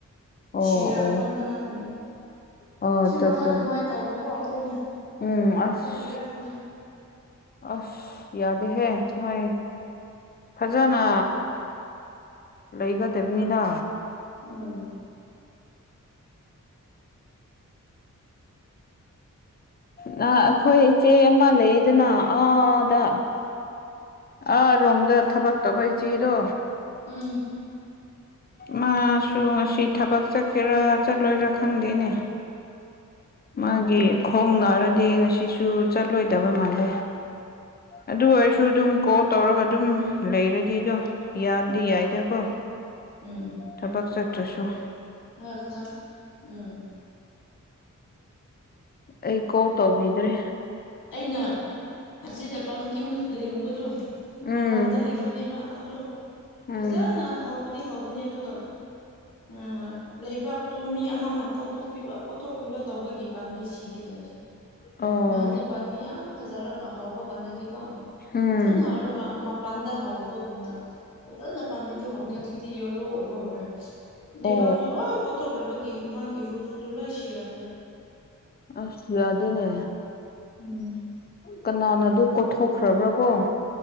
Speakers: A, on the left; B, on the left.
A: ꯑꯣ
B: ꯁꯤꯔꯛꯄ
A: ꯑꯣ
B: ꯃꯅꯥꯒꯨꯝꯕꯅꯤ
A: ꯑꯣ ꯑꯠꯆꯥ
B: ꯁꯤ ꯃꯈꯥꯗ
A: ꯑꯠꯆꯥ
B: ꯃꯥꯏ ꯇꯧꯕꯀꯣ ꯑꯩꯈꯣꯏꯅ
A: ꯎꯝ ꯑꯁ
B: ꯑꯇꯨꯒꯤꯔꯥ ꯈꯪꯗꯦ
A: ꯑꯁ ꯌꯥꯗꯦꯍꯦ ꯅꯣꯏ ꯐꯖꯅ ꯂꯩꯒꯗꯕꯅꯤꯗ
B: ꯎꯝ
A: ꯅ ꯑꯈꯣꯏ ꯏꯆꯦ ꯑꯃ ꯂꯩꯌꯦꯗꯅ ꯑꯥꯗ ꯑꯥ ꯔꯣꯝꯗ ꯊꯕꯛ ꯇꯧꯕ ꯏꯆꯦꯗꯣ
B: ꯎꯝ
A: ꯃꯥꯁꯨ ꯉꯁꯤ ꯊꯕꯛ ꯆꯠꯀꯦꯔꯥ ꯆꯠꯂꯣꯏꯔ ꯈꯪꯗꯦꯅꯦ ꯃꯥꯒꯤ
B: ꯑꯣ
A: ꯈꯣꯡ ꯅꯥꯔꯗꯤ ꯉꯁꯤꯁꯨ ꯆꯠꯂꯣꯏꯗꯕ ꯃꯥꯜꯂꯦ ꯑꯗꯨ ꯑꯣꯏꯔꯁꯨ ꯑꯗꯨꯝ ꯀꯣꯜ ꯇꯧꯔꯒ ꯑꯗꯨꯝ ꯂꯩꯔꯗꯤꯗꯣ ꯌꯥꯗꯤ ꯌꯥꯏꯗꯀꯣ
B: ꯎꯝ
A: ꯊꯕꯛ ꯆꯠꯇ꯭ꯔꯁꯨ
B: ꯉꯥꯏꯈꯣꯖ ꯎꯝ
A: ꯑꯩ ꯀꯣꯜ ꯇꯧꯕꯤꯗ꯭ꯔꯦ
B: ꯑꯩꯅ ꯑꯁꯤꯗ ꯄꯝꯀꯤꯝ ꯂꯤꯡꯕꯗꯨ
A: ꯎꯝ
B: ꯃꯄꯥꯟꯗ ꯂꯤꯡꯕꯅꯦꯕ ꯑꯗꯨ ꯐꯖꯅ
A: ꯎꯝ
B: ꯍꯥꯎꯕꯗꯤ ꯍꯧꯕꯅꯤ ꯑꯗꯨꯒ ꯎꯝ ꯂꯩꯕꯥꯛꯇꯣ ꯃꯤ ꯑꯃꯅ ꯀꯣꯊꯣꯛꯄꯤꯕ ꯀꯣꯊꯣꯛꯄꯤꯕ ꯇꯧꯕꯒꯤ ꯄꯥꯟꯕꯤ ꯁꯤꯒꯗꯧꯔꯁꯦ
A: ꯑꯣ
B: ꯅꯍꯥꯟꯗꯤ ꯄꯥꯟ ꯐꯤ ꯌꯥꯝ ꯐꯖꯔꯒ ꯍꯥꯎꯕ ꯀꯥꯟꯗꯗꯤꯀꯣ
A: ꯎꯝ
B: ꯐꯖꯅ ꯍꯥꯎꯔꯒ ꯃꯄꯥꯟꯗ ꯍꯥꯎꯕꯒꯨꯝꯅ ꯐꯖꯅ ꯄꯥꯟꯕꯤꯗꯣ ꯍꯥꯎꯕꯅꯤ ꯍꯧꯖꯤꯛꯇꯤ ꯌꯦꯂꯣ ꯑꯣꯏꯕ ꯍꯧꯔꯦ ꯂꯩꯕꯥꯛꯇꯨ
A: ꯑꯣ
B: ꯂꯣꯏ ꯀꯣ ꯊꯣꯛꯈ꯭ꯔꯕꯒꯤ ꯃꯥꯒꯤ ꯔꯨꯁꯇꯨ ꯂꯩꯁꯤꯔ ꯈ꯭ꯔ
A: ꯑꯁ ꯌꯥꯗꯦꯅꯦ
B: <unintelligible>
A: ꯀꯅꯥꯅ ꯑꯗꯨ ꯀꯣꯊꯣꯛꯈ꯭ꯔꯕ꯭ꯔꯥ ꯀꯣ